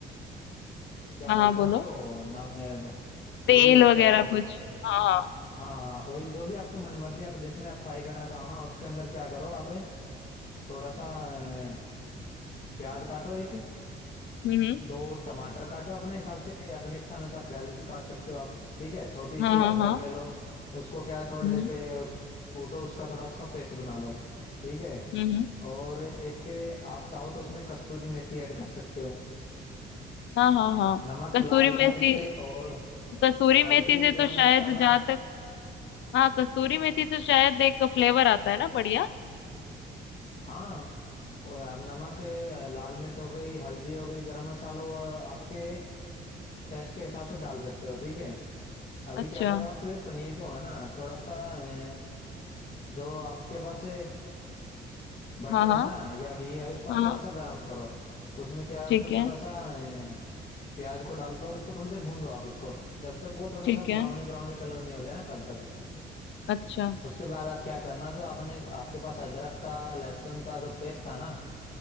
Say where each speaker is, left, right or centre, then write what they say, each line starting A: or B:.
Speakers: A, on the left; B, on the left.
A: क्या
B: हाँ
A: बोलते
B: हाँ बोलो
A: हैं उसको नाम है
B: तेल
A: ऑयल होता
B: वगैरह
A: है वो
B: कुछ हाँ हाँ
A: हाँ हाँ ऑयल जो भी आपके मन मर्जी आप जिसमें आप फ्राई करना चाहो ना उसके अंदर क्या करो आप थोड़ा सा ए, प्याज काटो एक
B: हम्म
A: दो टमाटर काटो अपने हिसाब से अपनी इच्छा अनुसार प्याज भी काट सकते हो आप ठीक है छोटी
B: हाँ
A: सी
B: हाँ
A: अदरक
B: हाँ
A: ले लो उसको क्या थोड़े
B: हम्म
A: के कूटो उसका थोड़ा उसका पेस्ट बना लो ठीक है
B: हम्म
A: और एक आप चाहो तो उसमें कस्तूरी मेथी ऐड कर सकते हो
B: हाँ हाँ हाँ
A: नमक
B: कसूरी
A: लाल
B: मेथी
A: मिर्च और
B: कसूरी मेथी
A: हल्दी
B: से तो
A: गरम
B: शायद
A: मसाला
B: जहाँ तक हाँ कसूरी मेथी तो शायद एक फ्लेवर आता है ना बढ़िया
A: हाँ और आप नमक अ, लाल मिर्च हो गई हल्दी हो गई गरम मसाला वो आपके टेस्ट के हिसाब से डाल सकते हो ठीक है अभी
B: अच्छा
A: क्या करो आप पनीर को है ना थोड़ा सा अ, जो आपके पास बटर
B: हाँ हाँ
A: है ना या घी है उसको
B: हाँ
A: आप थोड़ा सा गर्म करो उसमें क्या है
B: ठीक
A: उसमें
B: है
A: थोड़ा सा अ, प्याज को डालो और उसको थोड़ी देर भून दो आप उसको जब तक वो थोड़ा
B: ठीक
A: सा ब्राउनी
B: है
A: ब्राउनी कलर नहीं हो जाए ना तब तक
B: अच्छा
A: उसके बाद आप क्या करना जो आपने आपके पास अदरक का लहसुन का जो पेस्ट था ना